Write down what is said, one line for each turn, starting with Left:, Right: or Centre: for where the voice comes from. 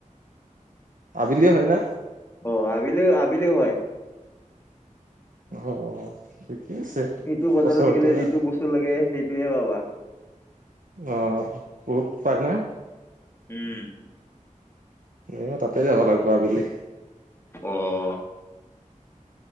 Right: আবেলি হয় না?
Left: অ আবেলি আবেলিও হয়।
Right: অ' ঠিকেই আছে,
Left: সিটো বজাৰত
Right: ওচৰতে
Left: গেলে
Right: না।
Left: বস্তু যিটো লাগে, সেইটোৱে পাবা।
Right: অঁ, বহুত পাই না?
Left: উম।
Right: মইয়ো তাতে যাব লাগিব আবেলি।
Left: অ'।